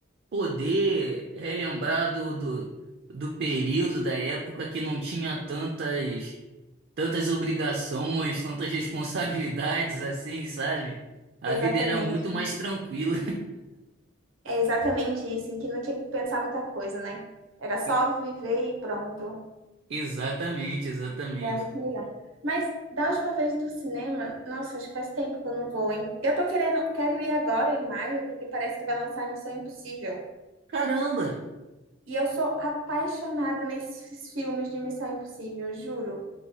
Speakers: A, on the right (about 55°); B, on the right (about 85°).
A: poder relembrar do, do, do período, da época que não tinha tantas, tantas obrigações, tantas responsabilidades assim, sabe? A
B: Exatamente.
A: vida era muito mais tranquila.
B: É exatamente isso, em que não tinha que pensar muita coisa, né? Era só
A: <laughs>
B: viver e pronto.
A: Exatamente, exatamente.
B: É muito melhor. Mas da última vez do cinema, nossa, acho que faz tempo que eu não vou, hein? Eu tô querendo, quero ir agora em maio, porque parece que vai lançar Missão Impossível.
A: Caramba!
B: E eu sou apaixonada nesses filmes de Missão Impossível, juro.